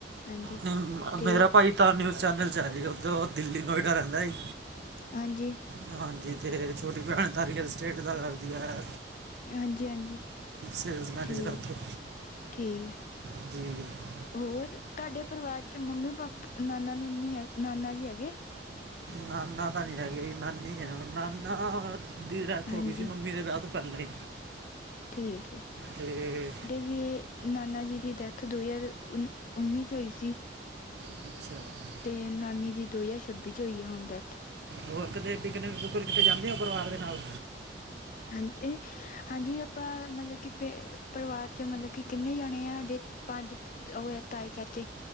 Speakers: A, on the left; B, on the right.
A: ਹਾਂਜੀ
B: ਨਹੀ
A: ਅਤੇ
B: ਮੇਰਾ ਭਾਈ- ਤਾਂ ਉਹ ਨਿਊਜ਼ ਚੈਨਲ 'ਚ ਆ ਜਾਦਾ ਉਹ ਦਿੱਲੀ ਨੋਇਡਾ ਰਹਿੰਦਾ ਏ।
A: ਹਾਂਜੀ
B: ਹਾਂਜੀ ਤੇ ਛੋਟੀ ਭੈਣ ਤਾਂ ਰੀਅਲ ਸਟੇਟ ਦਾ ਕਰਦੀ ਐ।
A: ਹਾਂਜੀ-ਹਾਂਜੀ,
B: ਸੇਲਸ ਮੈਨੇਜਰ
A: ਠੀਕ,
B: ਉੱਥੇ
A: ਠੀਕ ਐ।
B: <unintelligible>
A: ਹੋਰ ਤੁਹਾਡੇ ਪਰਿਵਾਰ 'ਚ ਮੰਮੀ-ਪਾਪ ਨਾਨਾ-ਨਾਨੀ ਨਾਨਾ ਜੀ ਹੈਗੇ?
B: ਨਾਨਾ ਤਾਂ ਨੀ ਹੈਗੇ ਨਾਨੀ ਹੈ ਨਾਨਾ- ਦੀ ਡੈਥ
A: ਹਾਂਜੀ
B: ਹੋ ਗਈ ਸੀ ਮੰਮੀ ਦੇ ਵਿਆਹ ਤੋ ਪਹਿਲਾ ਈ।
A: ਠੀਕ ਏ।
B: ਤੇ-
A: ਵੀ ਇਹ ਨਾਨਾ ਜੀ ਦੀ ਡੈਥ ਦੋ ਹਜ਼ਾਰ ਉ ਉਨੀ 'ਚ ਹੋਈ ਸੀ।
B: <unintelligible>
A: ਤੇ ਨਾਨੀ ਦੀ ਦੋ ਹਜ਼ਾਰ ਛੱਬੀ 'ਚ ਹੋਈ ਹੁਣ ਡੈਥ।
B: ਹੋਰ ਕਿਤੇ ਪਿਕਨਿਕ-ਪੁਕਨਿਕ ਤੇ ਜਾਦੇ ਹੋ ਪਰਿਵਾਰ ਦੇ ਨਾਲ?
A: ਹਾਂ, ਹਾਂਜੀ ਆਪਾ ਮਤਲਬ ਕਿ ਪੇ- ਪਰਿਵਾਰ 'ਚ ਮਤਲਬ ਕਿ ਕਿੰਨੇ ਜਾਣੇ ਆ ਸਾਡੇ, ਪੰਜ ਉਹ ਹੈ ਤਾਏ-ਚਾਚੇ-